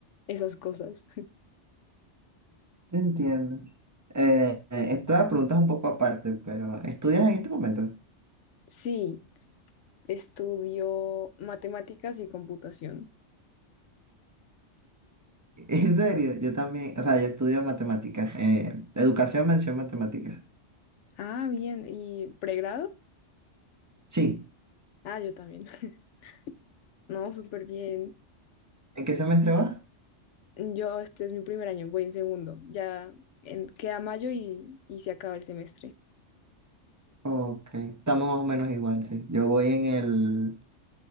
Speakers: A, on the left; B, on the right.
A: esas cosas.
B: Entiendo. Eh, eh, esta pregunta es un poco aparte, pero ¿estudias en este momento? <laughs>
A: Sí, estudio matemáticas y computación.
B: En serio, yo también, o sea, yo estudio matemáticas, eh, educación, mención matemáticas.
A: Ah, bien, ¿y pregrado?
B: Sí,
A: Ah, yo también. <laughs> No, súper bien.
B: ¿en qué semestre vas?
A: Yo, este es mi primer año, voy en segundo. Ya en- queda mayo y, y se acaba el semestre.
B: Ok, estamos más o menos igual, sí. Yo voy en el